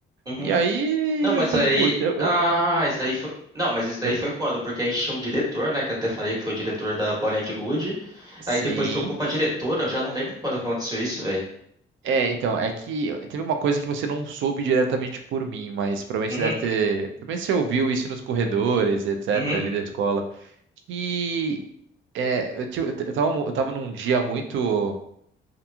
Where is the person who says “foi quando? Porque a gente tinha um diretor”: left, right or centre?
Right